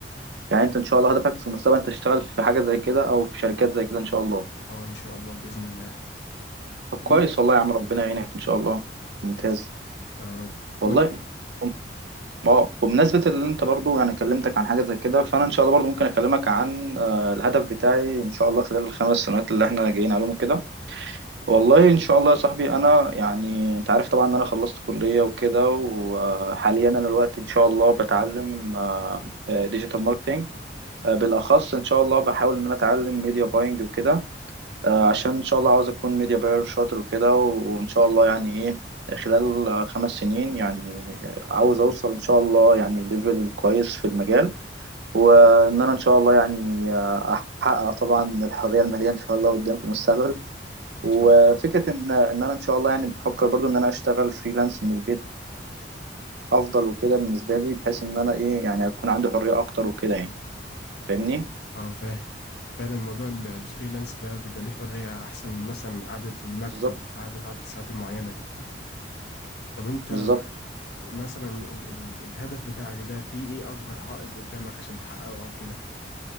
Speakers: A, on the right (about 65°); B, on the left (about 60°).
A: يعني انت ان شاء الله هدفك في المستقبل انت تشتغل في حاجة زي كده او في شركات زي كده ان شاء الله.
B: اه ان شاء الله باذن الله
A: طب
B: وانت
A: كويس والله يا عم ربنا يعينك ان شاء الله ممتاز
B: يا يا رب
A: والله
B: وانت ان
A: بم- اه بمناسبة اللي انت برضو انا كلمتك عن حاجة زي كده فانا ان شاء الله برضو ممكن اكلمك عن آه، الهدف بتاعي ان شاء الله خلال الخمس سنوات اللي احنا جايين عليهم كده
B: شاء
A: والله
B: ان
A: ان شاء الله يا صاحبي انا يعني انت عارف طبعا ان انا خلصت كلية وكده وحاليا انا دلوقتي ان شاء الله بتعلم ديجيتال ماركتينج بالاخص ان شاء الله بحاول ان انا اتعلم ميديا باينج وكده آه، عشان ان شاء الله عاوز اكون ميديا باير شاطر وكده وان شاء الله يعني ايه خلال آه، خمس سنين يعني عاوز اوصل ان شاء الله يعني ليفل كويس في المجال وان انا ان شاء الله يعني آه، احقق طبعا الحريه الماليه ان شاء الله قدام في المستقبل وفكره
B: شاء الله
A: ان ان انا ان شاء الله يعني بفكر برضو ان انا اشتغل فريلانس من البيت افضل وكده بالنسبه لي بحيث ان انا ايه يعني اكون عندي حريه اكتر وكده يعني فاهمني
B: اه فاهم فعلا موضوع ال- الفريلانس ده بيبقى ليه حريه احسن من مثلا قعده المكتب
A: بالظبط
B: قعده عدد الساعات المعينه دي طب انت
A: بالظبط
B: مثلا ال ال الهدف بتاعك ده فيه ايه اكبر عائق قدامك عشان تحققه او كده